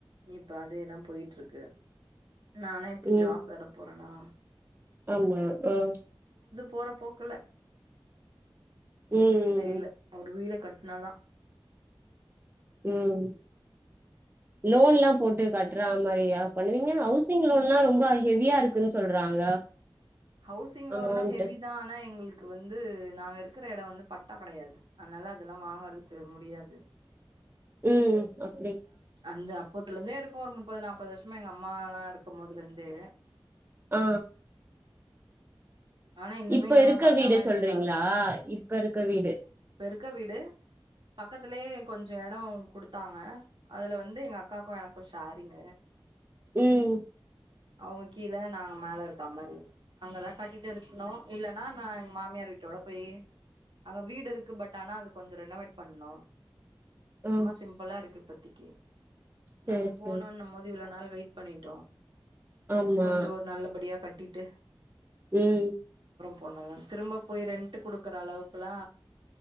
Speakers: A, on the right (about 65°); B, on the right (about 25°).
A: இப்ப அதேதா போய்ட்டுருக்கு நானே இப்ப
B: ம்
A: ஜாப் வேற போறணா
B: ஆமா ஆ
A: போற போக்குல
B: ம்
A: எப்டின் தெரில ஒரு வீடக் கட்னா தா
B: ம் லோன்லா போட்டு கட்றாங் மரியா பண்ணுவீங்க ஹவுஸ் ஸிங் லோன்லா ரொம்ப ஹெவியா இருக்குன்னு சொல்றாங்க
A: ஹவுசிங் லோன்லா
B: அமௌண்ட்டு
A: ஹெவி தா ஆனா எங்ளுக் வந்து நாங்க இருக் க்ற எடம் வந்து பட்டா கெடையாது அதனால அதெல்லா வாங்றதுக்கு முடியாது
B: ம்
A: அந்த அப்போத்துலருந்தே இருக் இப்ப ஒரு முப்பது நாப்பது வருஷமா எங்க அம்மா லா இருக்கும் போதுலருந்தே
B: ஆ
A: ஆனா இன்னுமே
B: இப்ப
A: இங்கெல்லா
B: இருக்க
A: பட்டாலா
B: வீடு சொல்றிங்ளா
A: எதுவு தரல
B: இப்ப இருக்க வீடு
A: க்க வீடு பக்கத்துலயே கொஞ்சோ எடோ குடுத்தாங்க அதுல வந்து எங்க அக்காக்கும் எனக்கும் ஷாரிங்கு
B: ம்
A: அவுங்க கீழ நாங்க மேல இருக்கா மாரி அங்கதா கட்டிட்டு இருக்ணு இல்லனா நா எங் மாமியார் வீட்டோட போயி அங்க வீடிருக்கு பட் ஆனா அது கொஞ்சோ ரெனோவேட் பண்ணு
B: ஆ
A: சும்மா சிம்புளாருக்கு இப்பத் திக்கே
B: சேரி
A: நம்ம
B: சேரி
A: போனோன்னு போது இவ்ள நாள் வெயிட் பண்ணிட்டோ
B: ஆமா
A: கொஞ்ச ஒரு நல்ல படியா கட் ட்டிட்டு
B: ம்
A: போனாங்க திரும்ப போயி ரெண்ட் கிடுக்குற அளவுக்கல்லா